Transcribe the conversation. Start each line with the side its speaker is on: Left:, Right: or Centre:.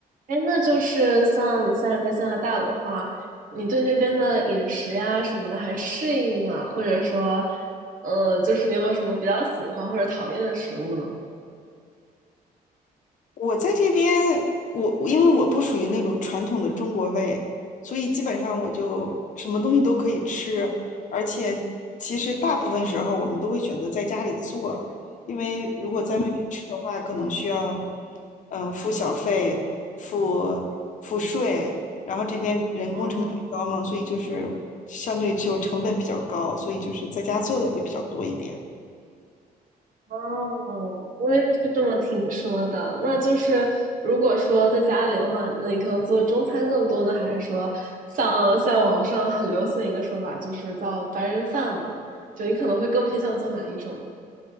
Right: 哎，那就是像你现在在加拿大的话，你对那边的饮食呀什么的还适应吗？或者说，呃，就是你有没有什么比较喜欢或者讨厌的食物呢？
Left: 我在这边，我因为我不属于那种传统的中国胃，所以基本上我就什么东西都可以吃，而且其实大部分时候我们都会选择在家里做，因为如果在外面吃的话，
Right: 嗯，
Left: 可能需要嗯、呃付小费、付付税，然后这边人工成本也高嘛，
Right: 哦，
Left: 所以就是相对就成本比较高，所以就是在家做的会比较多一点。
Right: 哦。我也是这么听说的。那就是如果说在家里的话，那你可能做中餐更多呢，还是说像在网上很流行一个说法，就是叫白人饭嘛？就你可能会更偏向做哪一种呢？